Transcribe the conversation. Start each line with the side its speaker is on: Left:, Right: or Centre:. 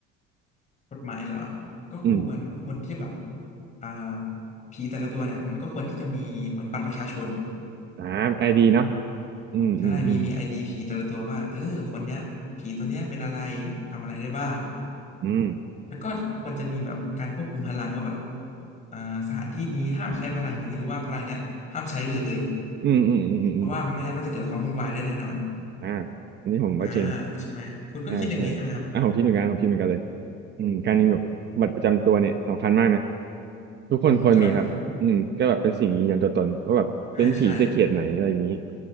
Left: กฎหมายเหรอก็ควรควรที่จะแบบ
Right: อืม
Left: อ่าผีแต่ละตัวเนี่ยมันก็ควรที่จะมีเหมือนบัตรประชาชน
Right: อ่าไอดีเนาะอืมอืมอืม
Left: ใช่มีมีไอดีผีแต่ละตัวว่าเออคนเนี้ยผีตัวเนี้ยเป็นอะไรทำอะไรได้บ้าง
Right: อืม
Left: แล้วก็ควรจะมีแบบการควบคุมพลังว่าแบบเอ่อสถานที่นี้ห้ามใช้พลังนี้หรือว่าพลังเนี้ยห้ามใช้เลย
Right: อืมอืมอืมอืมอืม
Left: เพราะว่าไม่งั้นมันจะเกิดความวุ่นวายได้แน่นอน
Right: อ่าอันนี้ผมว่าจริง
Left: อ่าใช่ไหมคุณก็คิดอย่างนี้ใช่ไหมครับ
Right: ใช่ใช่อ่ะผมคิดเหมือนกันผมคิดเหมือนกันเลยอืมการมีแบบบัตรประจำตัวเนี่ยสำคัญมากนะ
Left: อืม
Right: ทุกคนควรมีครับอืมก็แบบเป็นสิ่งยืนยันตัวตนว่าแบบเป็นผีจะเขตไหนอะไรอย่างนี้
Left: อืมครับผมใช่ใช่